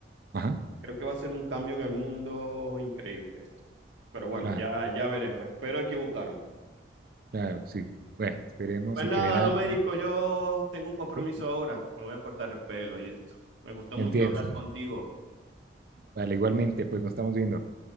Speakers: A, on the right; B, on the right.
A: ajá,
B: Creo que va a ser un cambio en el mundo increíble esto. Pero bueno,
A: claro.
B: ya, ya veremos. Espero equivocarme.
A: Claro, sí. Bueno, esperemos
B: Pues
A: en
B: nada,
A: general.
B: Doménico, yo tengo un compromiso
A: ¿sí?
B: ahora. Me voy a cortar el pelo y esto. Me gustó mucho
A: Entiendo.
B: hablar contigo.
A: Vale, igualmente, pues nos estamos viendo.